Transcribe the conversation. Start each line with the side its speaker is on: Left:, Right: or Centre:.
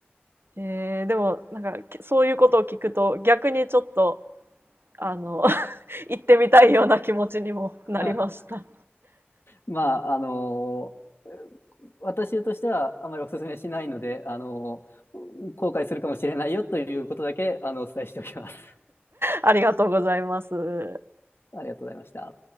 Right: えー、でも、なんか、そういうことを聞くと、逆にちょっと、あの <laughs>、行ってみたいような気持ちにもなりました。
Left: <laughs> まあ、あの私としてはあまりお勧めしないので、あの後悔するかもしれないよということだけ、あの、お伝えしておきます。
Right: ありがとうございます。
Left: <laughs> ありがとうございました。